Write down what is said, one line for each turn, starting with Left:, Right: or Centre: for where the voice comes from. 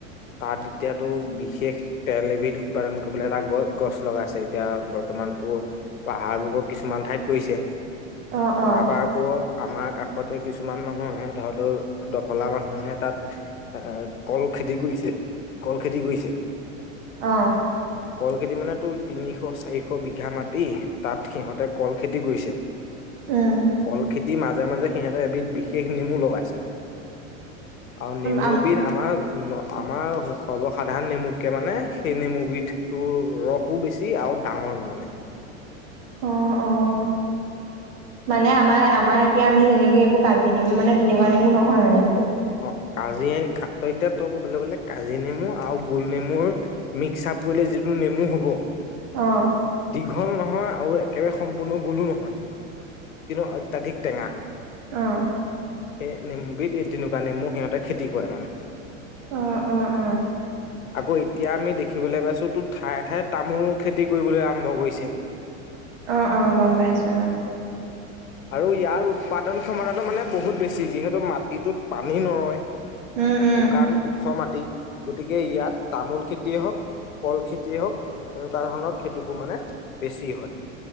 Left: তাত এতিয়াতো বিশেষ তেল এবিধ উৎপাদন কৰিবলৈ এটা গছ-গছ লগাই আছে এতিয়া বৰ্তমানতো পাহাৰবোৰক কিছুমান ঠাইত কৰিছে
Right: অ অ
Left: তাৰ পা আকৌ আমাৰ কাষতে কিছুমান মানুহে ধৰ তোৰ দফলা মানুহে তাত এ কল খেতি কৰিছে, কল খেতি কৰিছে।
Right: অ
Left: কল খেতি মানে তোৰ তিনিশ, চাৰিশ বিঘা মাটি তাত সিহঁতে কল খেতি কৰিছে।
Right: উম
Left: কল খেতিৰ মাজে, মাজে সিহঁতেৰ এবিধ বিশেষ নেমু লগাইছে। আৰু নেমু
Right: আম
Left: বিধ আমাৰ ন আমাৰ সৰ্বসাধাৰণ নেমুতকে মানে সেই নেমুবিধটো ৰস সো বেছি আৰু ডাঙৰো মানে।
Right: অ', অ'। মানে আমাৰ, আমাৰ এতিয়া আমি যেনেকে এইবোৰ কাজি নেমু মানে তেনেকুৱা নেমু নহয় মানে সেইবোৰ?
Left: অ', কাজি তই এতিয়া তোৰ ক'বলৈ গ'লে কাজি নেমু আৰু গোল নেমুৰ মিক্স আপ কৰিলে যিটো নেমু হ'ব।
Right: অ'।
Left: দীঘল নহয় আৰু একেবাৰে সম্পূৰ্ণ গোলো নহয় কিন্তু অত্যাধিক টেঙা।
Right: অ'।
Left: সেই নেমুবিধ এই তেনেকুৱা নেমু সিহঁতে খেতি কৰে মানে।
Right: অৱ অৱ।
Left: আকৌ এতিয়া আমি দেখিবলৈ পাইছো তো ঠায়ে ঠায়ে তামোল খেতি কৰিবলৈ আৰম্ভ কৰিছে।
Right: অৱ অৱ গম পাইছোঁ অৱ।
Left: আৰু ইয়াৰ উৎপাদন ক্ষমতাটো মানে বহুত বেছি যিহেতু মাটিটোত পানী নৰয়। শুকান
Right: উম উম
Left: ওখ মাটি, গতিকে ইয়াত তামোল খেতিয়ে হওক, কল খেতিয়ে হওক, এনেকুৱা ধৰণৰ খেতিবোৰ মানে বেছি হয়।